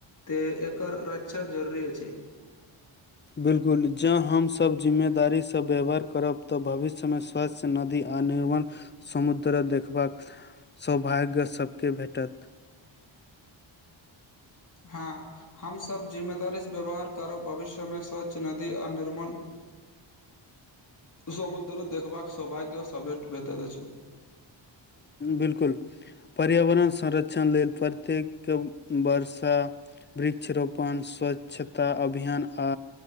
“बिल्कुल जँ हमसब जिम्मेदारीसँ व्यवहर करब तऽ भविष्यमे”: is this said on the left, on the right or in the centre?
Left